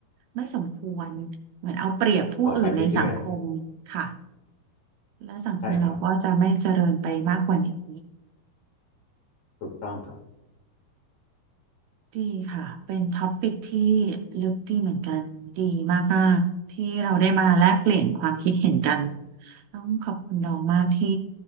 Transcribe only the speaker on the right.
ไม่สมควรเหมือนเอาเปรียบผู้อื่นในสังคมค่ะ
และสังคมเราก็จะไม่เจริญไปมากกว่านี้
ดีค่ะเป็นท็อปิกที่ลึกดีเหมือนกันดีมากๆที่เราได้มาแลกเปลี่ยนความคิดเห็นกันต้องขอบคุณน้องมากที่